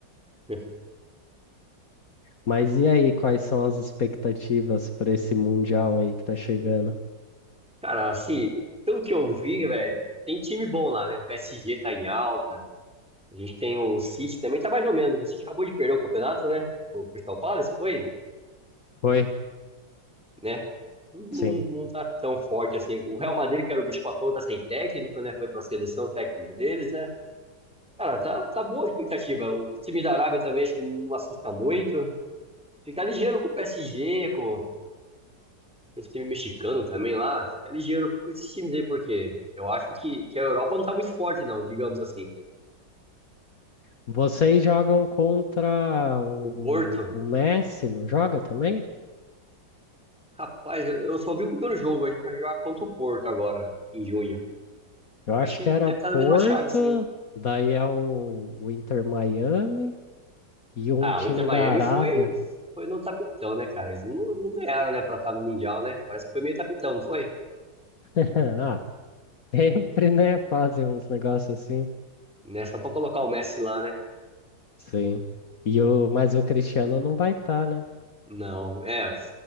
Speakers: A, in the centre; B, on the left.
A: <laughs>
B: Mas e aí, quais são as expectativas para esse Mundial aí que tá chegando?
A: Cara, assim, pelo que eu vi, velho, tem time bom lá, né? O PSG tá em alta. A gente tem o City também, tá mais ou menos. O City acabou de perder o campeonato, né? O Crystal Palace, foi?
B: Oi?
A: né? Não,
B: Sim.
A: não tá tão forte assim. O Real Madrid, que era o bicho-papão, tá sem técnico, né? Foi pra seleção o técnico deles, né? Cara, tá, tá boa a expectativa. O time da Arábia também acho que não assusta muito. Fica ligeiro com o PSG, com os times mexicanos também lá. Fica ligeiro com esses times aí, porque eu acho que, que a Europa não tá muito forte, não, digamos assim.
B: Vocês jogam contra o,
A: O Porto,
B: o Messi, não joga também?
A: rapaz, eu, eu só vi o primeiro jogo. A gente vai jogar contra o Porto agora, em junho.
B: Eu acho
A: Acho que
B: que era
A: deve estar na
B: Porto,
A: mesma chave, sim.
B: daí é o, o Inter Miami. E um
A: Ah,
B: time
A: o Inter Miami
B: da Arábia.
A: foi, foi no tapetão, né, cara? Eles não, não ganharam, né, pra estar no Mundial, né? Parece que foi meio tapetão, não foi?
B: <laughs> Ah, sempre, né? Fazem uns negócios assim.
A: Né? Só pra colocar o Messi lá, né?
B: Sim. E o, mas o Cristiano não vai estar, né?
A: Não, é.